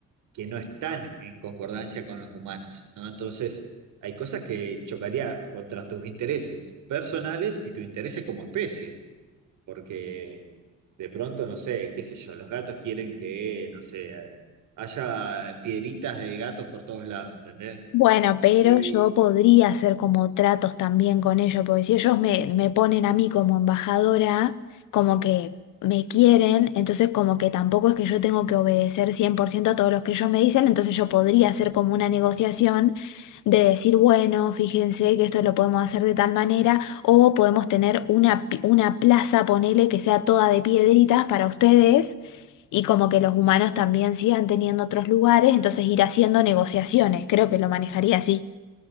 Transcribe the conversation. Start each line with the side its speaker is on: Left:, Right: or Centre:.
Right: que no están en concordancia con los humanos, ¿no? Entonces, hay cosas que chocaría contra tus intereses personales y tu intereses como especie, porque de pronto, no sé, qué sé yo, los gatos quieren que, no sé, haya piedritas de gatos por todos lados, ¿entendés?
Left: Bueno, pero
Right: Y,
Left: yo podría hacer como tratos también con ellos, porque si ellos me, me ponen a mí como embajadora, como que me quieren, entonces como que tampoco es que yo tengo que obedecer 100% a todos los que ellos me dicen, entonces yo podría hacer como una negociación de decir, bueno, fíjense que esto lo podemos hacer de tal manera, o podemos tener una, pi- una plaza, ponele, que sea toda de piedritas para ustedes. Y como que los humanos también sigan teniendo otros lugares, entonces ir haciendo negociaciones. Creo que lo manejaría así.